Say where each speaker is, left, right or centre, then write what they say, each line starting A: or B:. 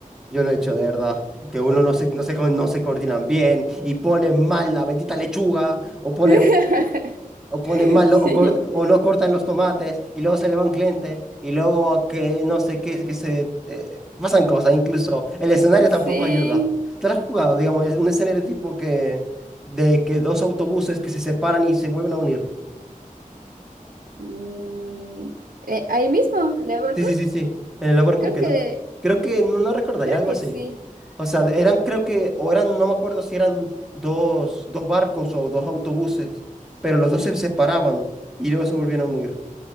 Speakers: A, in the centre; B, on the right.
A: Yo lo he hecho de verdad. Que uno no se, no se, co- no se coordinan bien y ponen mal la bendita lechuga o ponen,
B: <laughs>
A: o ponen mal
B: Sí,
A: lo- o, cort- o no cortan los tomates y luego se le va un cliente y luego que no sé qué es que se eh, pasan cosas. Incluso el escenario
B: sí.
A: tampoco ayuda. ¿Te lo has jugado? Digamos, es un escenario tipo que de que dos autobuses que se separan y se vuelven a unir.
B: Mm, eh, ahí mismo, Leverkusen.
A: Sí, sí, sí, sí. En el Overcooked.
B: Creo que,
A: en- Creo que no, no recordaría
B: creo
A: algo
B: que
A: así.
B: sí.
A: O sea, eran, creo que, o eran, no me acuerdo si eran dos, dos barcos o dos autobuses, pero los dos se separaban y luego se volvieron a unir.